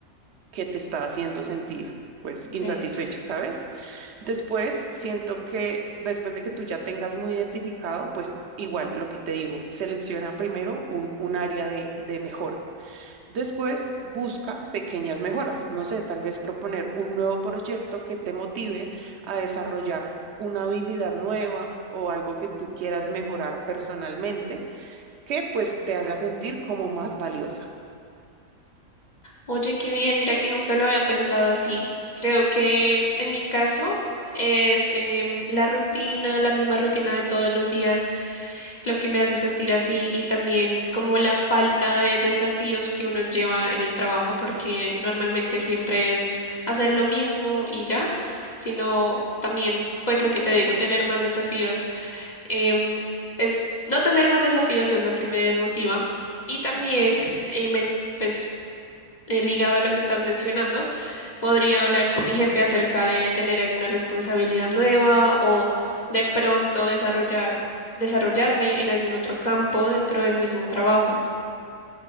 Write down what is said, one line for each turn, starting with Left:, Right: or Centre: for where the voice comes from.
Right: que te está haciendo sentir pues
Left: Ok.
Right: insatisfecha, ¿sabes? Después siento que después de que tú ya tengas muy identificado, pues igual lo que te digo, selecciona primero un, un área de, de mejora. Después busca pequeñas mejoras. No sé, tal vez proponer un nuevo proyecto que te motive a desarrollar una habilidad nueva o algo que tú quieras mejorar personalmente, que pues te haga sentir como más valiosa.
Left: Oye, qué bien, mira que nunca lo había pensado así. Creo que en mi caso es em, la rutina, la misma rutina de todos los días lo que me hace sentir así y también como la falta de desafíos que uno lleva en el trabajo, porque normalmente siempre es hacer lo mismo y ya, sino también, pues lo que
Right: Sí,
Left: te digo, tener más desafíos. Em, es, no tener más desafíos es lo que me desmotiva. Y también,
Right: ok.
Left: eh, men- pues, eh, ligado a lo que estás mencionando, Podría hablar con mi jefe acerca de tener alguna responsabilidad nueva o de pronto desarrollar, desarrollarme en algún otro campo dentro del mismo trabajo.